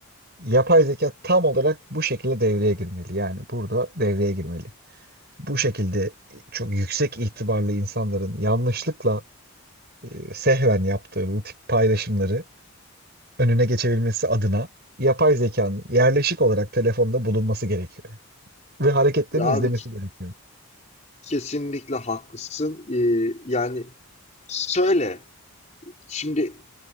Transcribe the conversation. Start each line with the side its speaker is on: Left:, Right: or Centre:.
Right: yapay zeka tam olarak bu şekilde devreye girmeli. Yani burada devreye girmeli. Bu şekilde e, çok yüksek itibarlı insanların yanlışlıkla e, sehven yaptığı bu tip paylaşımları önüne geçebilmesi adına yapay zekanın yerleşik olarak telefonda bulunması gerekiyor. Ve hareketlerini
Left: Abi
Right: izlemesi gerekiyor.
Left: kesinlikle haklısın. E, yani söyle. şimdi